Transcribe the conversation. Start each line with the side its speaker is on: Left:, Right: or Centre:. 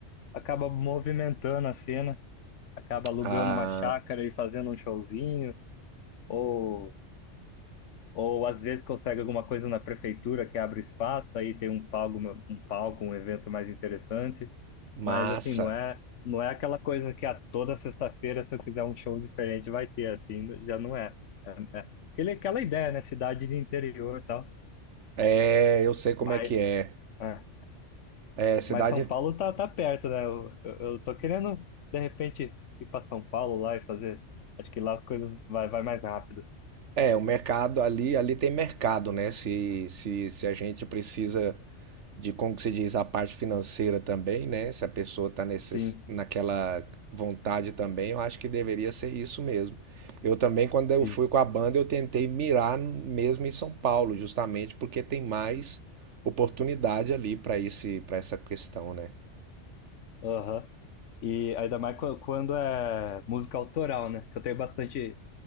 Left: acaba movimentando a cena. acaba alugando
Right: Ah,
Left: uma chácara e fazendo um showzinho, ou, ou às vezes consegue alguma coisa na prefeitura que abre espaço, aí tem um palco, uma- um palco, um evento mais interessante,
Right: massa.
Left: mas assim, não é, não é aquela coisa que a toda sexta-feira, se eu quiser um show diferente, vai ter, assim, já não é. É, é. Aquele, aquela ideia, né? Cidade de interior e tal.
Right: É, eu sei como
Left: Mas,
Right: é que é.
Left: é.
Right: É, cidade,
Left: Mas São Paulo tá, tá perto, né? Eu, eu, eu tô querendo, de repente, ir para São Paulo lá e fazer. Acho que lá as coisas vai, vai mais rápido.
Right: é, o mercado ali, ali tem mercado, né? Se, se, se a gente precisa de como que se diz a parte financeira também, né? Se a pessoa está necess...
Left: Sim.
Right: naquela vontade também, eu acho que deveria ser isso mesmo. Eu também, quando
Left: Sim.
Right: eu fui com a banda, eu tentei mirar mesmo em São Paulo, justamente porque tem mais oportunidade ali para esse, para essa questão, né?
Left: Aham. E ainda mais quan- quando é música autoral, né? Que eu tenho bastante.